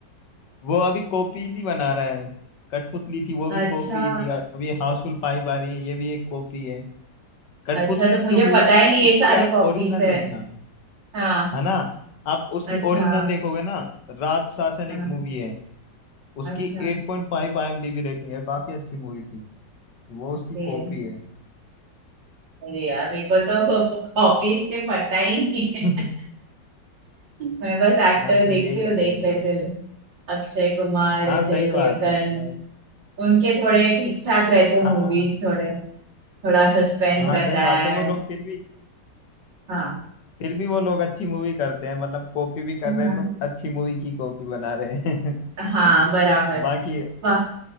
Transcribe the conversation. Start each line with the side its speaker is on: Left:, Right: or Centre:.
Left: वो अभी कॉपीज ही बना रहा है कठपुतली थी वो
Right: अच्छा
Left: भी कॉपी थी अभी हाउसफुल फाइव आ रही है ये भी एक कॉपी है कठपुतली
Right: अच्छा तो मुझे
Left: जो मूवी
Right: पता
Left: थी
Right: ही नहीं ये
Left: उसकी
Right: सारे
Left: आप
Right: कॉपीज
Left: ओरिजिनल
Right: है
Left: देखना
Right: हाँ
Left: है ना आप उसकी
Right: अच्छा
Left: ओरिजिनल देखोगे ना रात शासन
Right: हाँ
Left: एक मूवी है उसकी
Right: अच्छा
Left: 8.5 आईएमडीबी रेटिंग है काफी अच्छी मूवी थी तो वो उसकी
Right: ये-
Left: कॉपी है
Right: अरे यार मेरे को तो <laughs> कॉपीज के पता ही नहीं है
Left: <laughs>
Right: मैं बस एक्टर
Left: आजकल
Right: देखती
Left: यही
Right: हूँ
Left: कर
Right: देख
Left: रहे हैं लोग
Right: लेते हूँ। अक्षय कुमार अजय
Left: हाँ सही बात
Right: देवगन
Left: है
Right: उनके थोड़े ठीक ठाक रहते हैं
Left: हाँ
Right: मूवीज थोड़े थोड़ा सस्पेंस
Left: हाँ
Right: रहता
Left: सही बात
Right: है
Left: है वो लोग फिर भी
Right: हाँ
Left: फिर भी वो लोग अच्छी मूवी करते हैं मतलब कॉपी भी कर
Right: हाँ
Left: रहे हैं तो अच्छी मूवी की कॉपी बना रहे हैं
Right: हाँ, बराबर
Left: <laughs> बाकी
Right: वाह